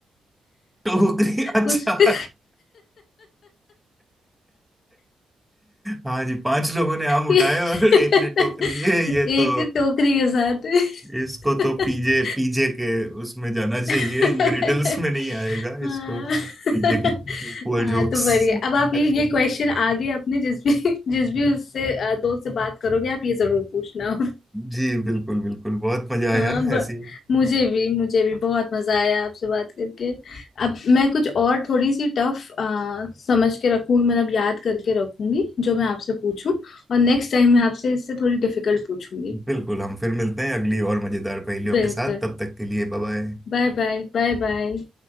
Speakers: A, in the centre; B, on the left (about 65°).
A: टोकरी अच्छा
B: उस <laughs>
A: हाँ जी पांच लोगों ने आम उठाए
B: एक
A: और एक ने टोकरी ये ये तो
B: तो टोकरी के साथ
A: इसको तो
B: <laughs>
A: पीजे पीजे के उसमें जाना चाहिए
B: <laughs>
A: ये रिडल्स में नहीं आएगा
B: हाँ
A: इसको पीजे
B: हाँ,
A: की पुअर जोक्स
B: तो बढ़िया अब आप
A: अच्छा
B: ये ये क्वेश्चन आगे अपने जिस भी जिस भी उससे अ, दोस्त से बात करोगे आप ये जरूर पूछना <laughs>
A: जी बिल्कुल बिल्कुल बहुत मजा आया
B: हाँ ब,
A: ऐसी
B: मुझे भी मुझे भी बहुत मजा आया आपसे बात करके अब मैं कुछ और थोड़ी सी टफ समझ के रखूंगी मतलब याद करके रखूंगी जो मैं आपसे पूछूं और नेक्स्ट टाइम मैं आपसे इससे थोड़ी डिफिकल्ट पूछूंगी
A: बिल्कुल हम फिर मिलते हैं अगली और मजेदार पहेलियों
B: बिल्कुल
A: के साथ तब तक के लिए बाय बाय
B: Bye bye Bye bye